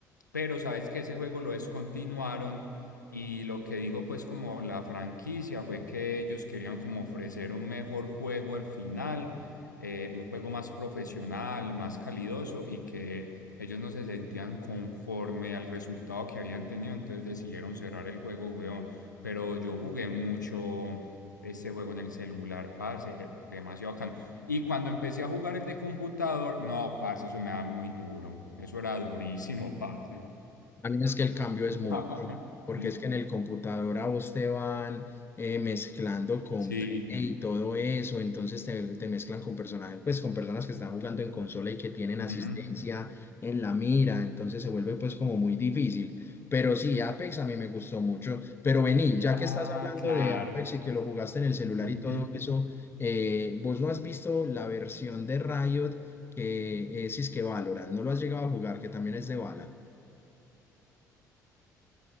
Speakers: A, on the left (about 85°); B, on the left (about 25°).
A: Pero sabes que ese juego lo descontinuaron y lo que dijo pues como la franquicia fue que ellos querían como ofrecer un mejor juego al final, eh, un juego más profesional, más calidoso y que ellos no se sentían conforme al resultado que habían tenido, entonces decidieron cerrar el juego, weón. Pero yo jugué mucho ese juego en el celular, parce, demasiado bacano. Y cuando empecé a jugar el de computador, no, parce, eso me daba muy duro. Eso era durísimo, parce.
B: Dani, Es que el cambio es mucho,
A: <laughs>
B: porque es que en el computador a vos te van eh, mezclando con
A: Sí.
B: Play y todo eso, entonces te, te mezclan con personajes, pues con personas que están jugando en consola y que tienen
A: Ujú.
B: asistencia en la mira, entonces se vuelve pues como muy difícil. Pero sí, Apex a mí me gustó mucho. Pero vení, ya
A: Ah,
B: que estás hablando
A: claro.
B: de Apex y que lo jugaste en el celular
A: Ujú.
B: y todo eso, eh, vos no has visto la versión de Riot que es, es que Valorant, no lo has llegado a jugar, que también es de bala.